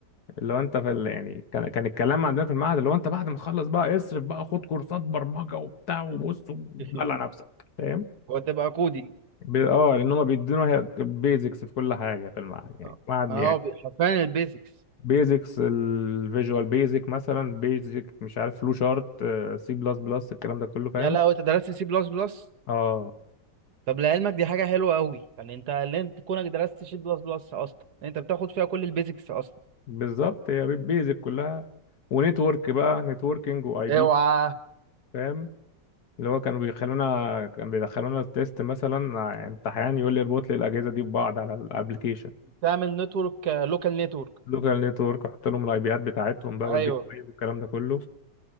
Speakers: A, on the left; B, on the right.
A: اللي هو انت في ال... يعني كان كان الكلام عندنا في المعهد اللي هو انت بعد ما تخلص بقى اصرف بقى خد كورسات برمجه وبتاع وبص ودلع
B: <laughs>
A: نفسك فاهم
B: وتبقى كودي
A: ب... اه لان هم بيدونا البيزكس في كل حاجه في المعهد يعني
B: اه
A: المعهد
B: اه
A: يعني
B: بي- حرفيا البيزكس
A: بيزكس الفيجوال بيزك مثلا بيزك مش عارف فلو شارت سي بلس بلس الكلام ده كله فاهم
B: يا لو انت درست سي بلس بلس
A: اه
B: طب لعلمك دي حاجة حلوة قوي يعني انت اللي انت كونك درست سي بلس بلس اصلا انت بتاخد فيها كل البيزكس اصلا
A: بالظبط هي بيزك كلها ونتورك بقى نتوركينج واي
B: اوعى
A: بي فاهم؟ اللي هو كانوا بيخلونا كان بيدخلونا التيست مثلا مع امتحان يقول لي اربط لي الاجهزه دي ببعض على الابلكيشن
B: تعمل نتورك لوكال نتورك
A: لوكال نتورك احط لهم الاي بيات بتاعتهم بقى
B: ايوه
A: والجيت واي والكلام ده كله